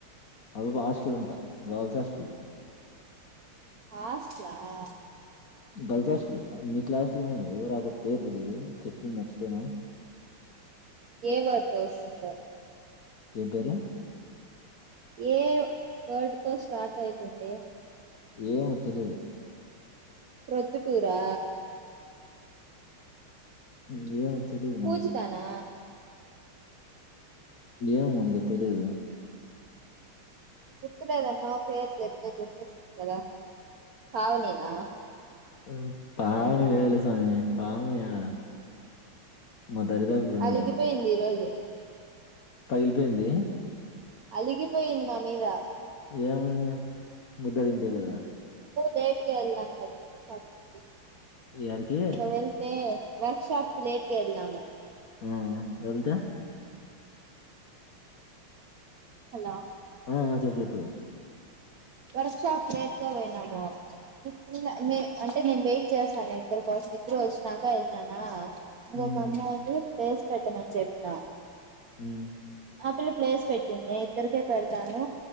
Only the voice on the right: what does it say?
హాస్టల్ ఆ
ఏ వర్డ్ తో వస్తుందో
ఏ వర్డ్ తో స్టార్ట్ అయితుంది
ప్రొద్దుటూరా
పూజితానా
గుర్తులేదన్న పేరు చెప్తే గుర్తొస్తుంది కదా పావనేనా
అలిగిపోయింది
ఈ రోజు
అలిగిపోయింది నామీద
బైటికి ఎళ్ళాం కదా పబ్ కి
ఇంగ వెళ్తే వర్క్ షాప్ కి లేటుగా ఎళ్లాము
హలో
వర్క్ షాప్‌కి లేట్‌గా పోయినాము ఈ పిల్ల నే అంటే నేను వెయిట్ చేశాను ఇద్దరు కోసం ఇద్దరు వచ్చినాక వెళ్ళిననా ఇంకొక
అమ్మాయిని ప్లేస్ పెట్టమని చె ప్పా
ఆ పిల్ల ప్లేస్ పెట్టింది ఇద్దరికే పెడతాను